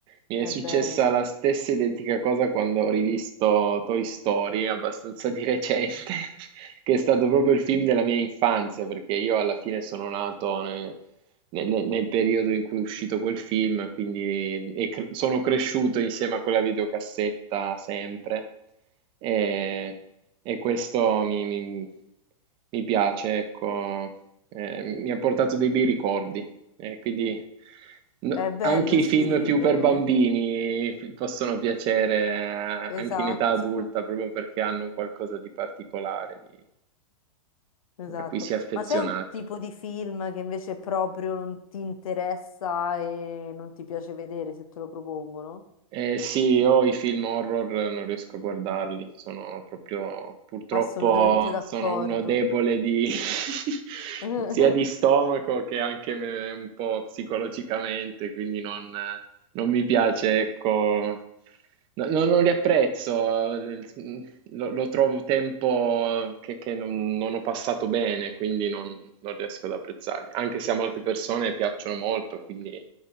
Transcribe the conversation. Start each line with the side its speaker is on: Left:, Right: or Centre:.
Right: Mi
Left: è
Right: è successa
Left: bella.
Right: la stessa identica cosa quando ho rivisto Toy Story, abbastanza di recente, <laughs> che è stato proprio il film della mia infanzia, perché io alla fine sono nato ne- nel, nel- nel periodo in cui è uscito quel film, quindi e cre- sono cresciuto insieme a quella videocassetta sempre, e, e questo mi, mi- mi piace, ecco, Eh, mi ha portato dei bei ricordi. Eh, quindi no-
Left: È bello,
Right: anche i
Left: sì,
Right: film
Left: rivivere.
Right: più per bambini fi- possono piacere
Left: <laughs> Esatto.
Right: eh, anche in età adulta, proprio perché hanno un qualcosa di particolare, di-
Left: Esatto,
Right: a cui si è affezionati.
Left: ma c'è un tipo di film che invece proprio non ti interessa e non ti piace vedere se te lo propongono?
Right: Eh sì, io i film horror non riesco a guardarli, sono proprio, purtroppo
Left: Assolutamente d'accordo.
Right: sono uno debole di, <laughs>
Left: <laughs>
Right: sia di stomaco che anche me- un po' psicologicamente, quindi non, non mi piace, ecco, no- no- non li apprezzo, eh, lo, lo trovo tempo che, che non, non ho passato bene, quindi non, non riesco ad apprezzarli, anche se a molte persone piacciono molto, quindi